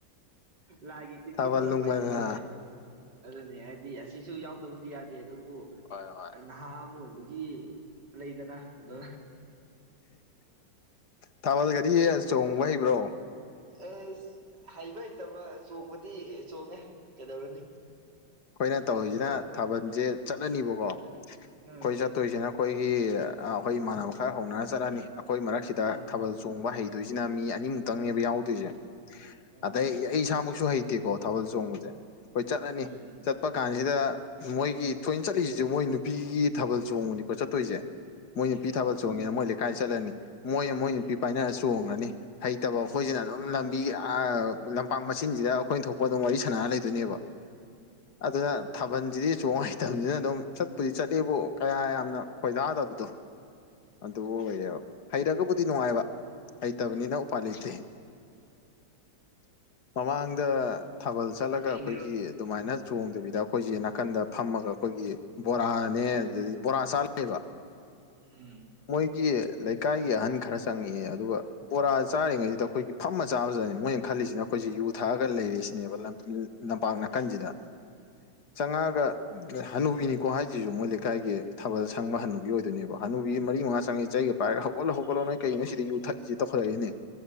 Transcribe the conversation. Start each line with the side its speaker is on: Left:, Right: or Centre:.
Right: ꯂꯥꯒꯤ ꯇꯤꯟꯒꯤ
Left: ꯊꯥꯕꯜ
Right: ꯊꯧꯔꯝ
Left: ꯅꯨꯡꯕꯜꯅ
Right: ꯍꯥꯏꯁꯤꯁꯨ ꯍꯣꯏ ꯑꯗꯨꯅꯦ ꯍꯥꯏꯗꯤ ꯁꯤꯁꯨ ꯌꯥꯎꯗꯕꯗꯤ ꯌꯥꯗꯦ ꯑꯗꯨꯕꯨ
Left: ꯍꯣꯏ ꯍꯣꯏ
Right: ꯅꯍꯥ ꯑꯃ ꯑꯣꯏꯕꯒꯤ ꯂꯩꯗꯅ ꯑꯗ
Left: ꯊꯥꯃꯜꯗ ꯒꯥꯔꯤ ꯆꯣꯡꯕ ꯍꯩꯕ꯭ꯔꯣ
Right: ꯑꯦꯁ ꯍꯩꯕ ꯍꯩꯇꯕ ꯆꯣꯡꯕꯗꯤ ꯆꯣꯡꯉꯦ ꯀꯩꯗꯧꯔꯅꯤ
Left: ꯑꯩꯈꯣꯏꯅ ꯇꯧꯔꯤꯁꯤꯅ
Right: ꯈꯨꯠ
Left: ꯊꯥꯕꯜꯁꯦ ꯆꯠꯂꯅꯤꯕꯀꯣ ꯑꯩꯈꯣꯏ
Right: ꯎꯝ
Left: ꯆꯠꯇꯣꯏꯁꯤꯅ ꯑꯩꯈꯣꯏꯒꯤ ꯑꯩꯈꯣꯏ ꯏꯃꯥꯟꯅꯕ ꯈꯔ ꯍꯧꯅꯔ ꯆꯠꯂꯅꯤ ꯑꯩꯈꯣꯏ ꯃꯔꯛꯁꯤꯗ
Right: ꯎꯝ
Left: ꯊꯥꯕꯜ ꯆꯣꯡꯕ ꯍꯩ ꯑꯗꯨꯏꯁꯤꯅ ꯃꯤ ꯑꯅꯤꯃꯨꯛꯇꯪꯅꯦꯕ ꯌꯥꯎꯗꯣꯏꯁꯦ
Right: ꯎꯝ
Left: ꯑꯗꯩ ꯑꯩ ꯏꯁꯥꯃꯛꯨ ꯁꯨ ꯍꯩꯇꯦꯀꯣ ꯊꯥꯕꯜ ꯆꯣꯡꯕꯁꯦ ꯑꯩꯈꯣꯏ ꯆꯠꯂꯅꯤ
Right: ꯎꯝ
Left: ꯆꯠꯄ ꯀꯥꯟꯁꯤꯗ ꯃꯣꯏꯒꯤ ꯊꯣꯏꯅ ꯆꯠꯂꯤꯁꯤꯁꯨ ꯃꯣꯏ ꯅꯨꯄꯤꯒꯤ ꯊꯥꯕꯜ ꯆꯣꯡꯕꯅꯤꯀꯣ ꯆꯠꯇꯣꯏꯁꯦ ꯃꯣꯏ
Right: ꯎꯝ
Left: ꯅꯨꯄꯤ ꯊꯥꯕꯜ ꯆꯣꯡꯉꯦꯅ ꯃꯣꯏ ꯀꯥꯏ ꯆꯠꯂꯅꯤ ꯃꯣꯏꯅ ꯃꯣꯏ ꯅꯨꯄꯤ
Right: ꯎꯝ
Left: ꯄꯥꯏꯅꯔ ꯆꯣꯡꯉꯅꯤ ꯍꯩꯇꯕ ꯑꯩꯈꯣꯏꯁꯤꯅ
Right: ꯎꯝ
Left: ꯑꯗꯨꯝ ꯂꯝꯕꯤ ꯂꯝꯄꯥꯛ ꯃꯆꯤꯟꯁꯤꯗ ꯑꯩꯈꯣꯏꯅ ꯊꯣꯛꯄ ꯑꯗꯨꯝ ꯋꯥꯔꯤ ꯁꯥꯟꯅꯔ ꯂꯩꯗꯣꯏꯅꯦꯕ ꯑꯗꯨꯅ ꯊꯥꯕꯜꯁꯤꯗꯤ ꯁꯨ ꯅꯨꯡꯉꯥꯏꯇꯕꯅꯤꯅ ꯑꯗꯨꯝ ꯆꯠꯄꯨꯗꯤ ꯆꯠꯂꯦꯕꯨ ꯀꯌꯥ ꯌꯥꯝꯅ ꯈꯣꯏꯗꯥꯗꯕꯗꯣ ꯑꯗꯨ ꯑꯣꯏꯌꯦꯕ ꯍꯩꯔꯒꯕꯨꯗꯤ ꯅꯨꯡꯉꯥꯏꯕ ꯍꯩꯇꯕꯅꯤꯅ ꯎꯄꯥꯏ ꯂꯩꯇꯦ ꯃꯃꯥꯡꯗ ꯊꯥꯕꯜ ꯆꯠꯂꯒ
Right: ꯎꯝ
Left: ꯑꯩꯈꯣꯏꯒꯤ
Right: ꯍꯤꯡꯅꯔꯣꯏ
Left: ꯑꯗꯨꯃꯥꯏꯅ ꯂꯣꯡꯗꯕꯤꯗ ꯑꯩꯈꯣꯏꯁꯦ ꯅꯥꯀꯟꯗ ꯐꯝꯃꯒ ꯑꯩꯈꯣꯏꯒꯤ ꯕꯣꯔꯥꯅꯦ ꯑꯗꯨꯗꯤ ꯕꯣꯔꯥ ꯆꯥꯂꯕ
Right: ꯎꯝ
Left: ꯃꯣꯏꯒꯤ ꯂꯩꯀꯥꯏꯒꯤ ꯑꯍꯟ ꯈꯔ ꯆꯪꯉꯛꯑꯦ ꯑꯗꯨꯒ ꯕꯣꯔꯥ ꯆꯥꯔꯤꯉꯩꯁꯤꯗ ꯑꯩꯈꯣꯏꯒꯤ ꯐꯝꯃ ꯆꯥꯕꯖꯅꯤ ꯃꯣꯏꯅ ꯈꯜꯂꯤꯁꯤꯅ ꯑꯩꯈꯣꯏ ꯑꯩꯈꯣꯏꯁꯤ ꯌꯨ ꯊꯛꯑꯒ ꯂꯩꯔꯤꯁꯤꯅꯦꯕ ꯂꯝꯄꯥꯛ ꯅꯥꯀꯟꯁꯤꯗ ꯆꯥꯉꯥꯒ ꯍꯅꯨꯕꯤꯅꯤꯀꯣ ꯍꯥꯏꯁꯤꯁꯨ ꯃꯣꯏ ꯂꯩꯀꯥꯏꯒꯤ ꯊꯥꯕꯜ ꯁꯪꯕ ꯍꯅꯨꯕꯤ ꯑꯣꯏꯗꯣꯏꯅꯦꯕ ꯍꯅꯨꯕꯤ ꯃꯔꯤ ꯃꯉꯥ ꯆꯪꯉꯛꯏ ꯆꯩꯒ ꯄꯥꯏꯔꯒ ꯍꯧꯒꯠꯂꯣ ꯍꯧꯒꯠꯂꯣ ꯅꯣꯏ ꯀꯩꯩꯅ ꯅꯣꯏ ꯁꯤꯗ ꯌꯨ ꯊꯛꯏꯁꯦ ꯇꯧꯈꯠꯂꯛꯏꯅꯦ